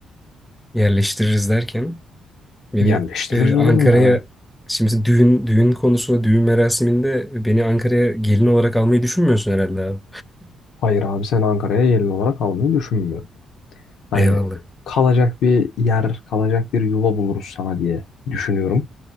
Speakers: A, in the centre; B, on the left.
A: Yerleştiririz derken. Beni
B: Yerleştiririz
A: e, Ankara'ya
B: oğlum yani.
A: şimdi mesela düğün düğün konusu düğün merasiminde beni Ankara'ya gelin olarak almayı düşünmüyorsun herhalde abi.
B: Hayır abi sen Ankara'ya gelin olarak almayı düşünmüyorum. Hani
A: Eyvallah.
B: kalacak bir yer kalacak bir yuva buluruz sana diye düşünüyorum.